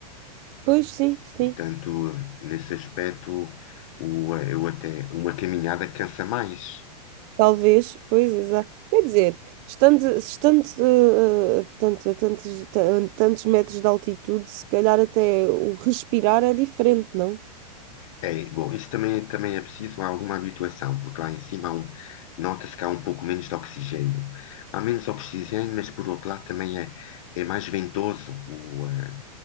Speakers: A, on the right (about 35°); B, on the left (about 55°).
A: Pois, sim, sim.
B: Portanto, nesse aspecto, o- eu até, uma caminhada cansa mais.
A: Talvez, pois, exato. Quer dizer, estando, estando eh, eh, portanto, a tantos, ta- a tantos metros de altitude, se calhar até o respirar é diferente, não?
B: É, bom, isso também, também é preciso alguma habituação, porque lá em cima há um- nota-se que há um pouco menos de oxigênio. Há menos oxigênio, mas por outro lado também é, é mais ventoso, o, eh,